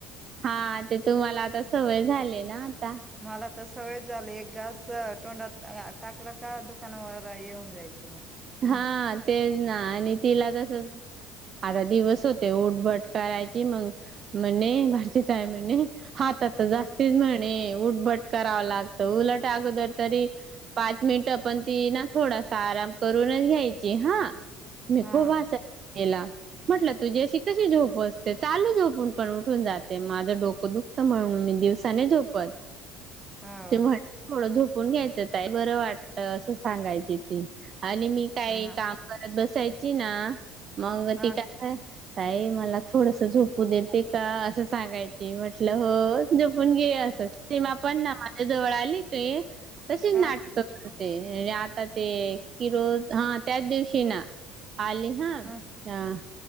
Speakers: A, on the right; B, on the right.
A: हा ते तुम्हाला आता सवय झाली ना. आता
B: मला तर सवय झाली एक घास तोंडात टाकलं का दु. दुकान वगैरे येऊन जायचं मग. हम्म
A: हा तेच ना आणि तिला तस. आता दिवस होते उठबट करायची मग म्हण भरती. हात
B: हम्म
A: जास् उठभट कराव लागत उलट अगोदर तरी पाच मिनट पण ती ना थोड असा आराम करूनच घ्यायची हा मी
B: हा
A: खूप हसायची तिला. म्हटलं तुझी अशी कशी झोप असते चालू झोपून पण उठून जाते माझं डोकं दुखतं म्हणून. दिवसाने झोपत.
B: हो
A: ते म्हण थोडं झोपून घ्यायचं काय बरं वाटत असं सांगायची ती. आणि मी काही
B: हा
A: काम करत बसायची ना मग
B: हा
A: ती काय. ताई मला थोडस झोपू देते का असं सांगायची म्हटलं हो झोपून घे अस. सीमा पण ना माझ्या जवळ आली काय तशीच
B: ह
A: नाटक. तेे आता ते कि रोज हा त्याच दिवशी ना. आली हा
B: हम्म
A: अ